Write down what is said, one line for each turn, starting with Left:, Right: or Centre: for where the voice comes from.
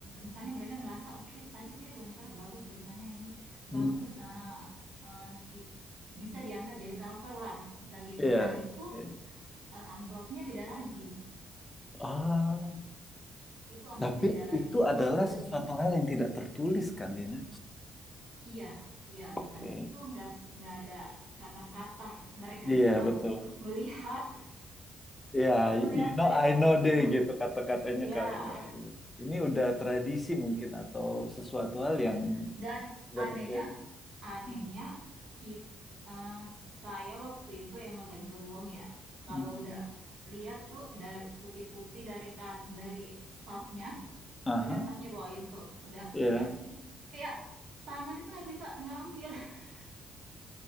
Right: misalnya mereka ngerasa oke okay, tadi saya wawancara bagus beritanya ini bagus
Left: Hmm.
Right: uh, uh, bisa diangkat jadi cover lah misal gitu
Left: Iya.
Right: nah itu
Left: iya.
Right: Eh, amplopnya beda lagi.
Left: Ah,
Right: Itu amplopnya
Left: Tapi
Right: beda lagi.
Left: itu
Right: Itu
Left: adalah
Right: lebih.
Left: sesuatu hal yang tidak tertulis kan, Lina?
Right: Iya, iya
Left: Oke.
Right: benar. Itu nggak nggak ada kata-kata. Mereka
Left: Iya,
Right: cuma
Left: betul.
Right: <laughs> melihat,
Left: Ya, you
Right: melihat saja
Left: know, I
Right: pakai
Left: know deh
Right: hmm,
Left: gitu kata-katanya
Right: iya.
Left: kali ya. Iya. Ini udah tradisi mungkin atau sesuatu hal
Right: Benar.
Left: yang
Right: Dan
Left: sudah
Right: anehnya
Left: terjadi.
Right: anehnya
Left: Mm.
Right: kita eee, saya waktu itu emang nggak bisa bohong ya, kalau
Left: Mm.
Right: udah lihat tuh dari putih-putih dari kan dari staffnya
Left: Aha,
Right: itu kan staffnya bawain tuh, udah
Left: ya.
Right: dikasih, kayak tangan itu nggak bisa ngambil. <laughs>